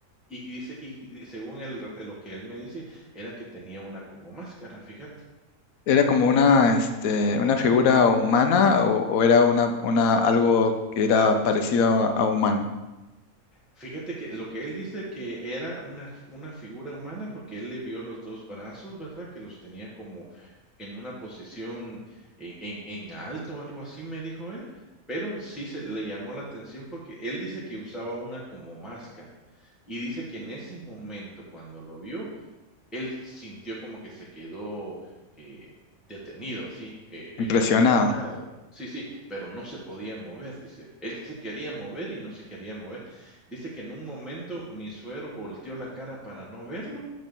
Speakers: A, in the centre; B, on the left.
A: Y dice, y según él, lo que él me dice, era que tenía una como máscara, fíjate.
B: ¿Era como una, este, una figura humana o, o era una, una, algo que era parecido a, a humano?
A: Fíjate que lo que él dice que era una una figura humana, porque él le vio los 2 brazos, ¿verdad? Que los tenía como en una posición en en en alto, algo así, me dijo él, pero sí se le llamó la atención porque él dice que usaba una como máscara, y dice que en ese momento, cuando lo vio, él sintió como que se quedó, eh, detenido, así, eh,
B: Impresionado.
A: electrificado. Sí, sí, pero no se podía mover, dice. Él se quería mover y no se quería mover. Dice que en un momento mi suegro volteó la cara para no verlo